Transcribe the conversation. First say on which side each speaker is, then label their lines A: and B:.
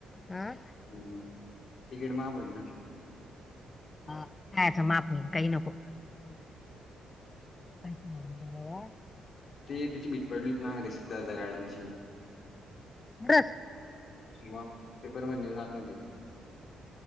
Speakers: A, on the left (about 25°); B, on the left (about 60°).
A: हं
B: हम्म टिकिट मापज ना..
A: हा कायच माफ होई काय नको. कायच का.
B: ते त्याची भीत पडलीत ना रेसिद् ददा गार्डनची.
A: नरस.
B: मग पेपर महिने चाल होती का?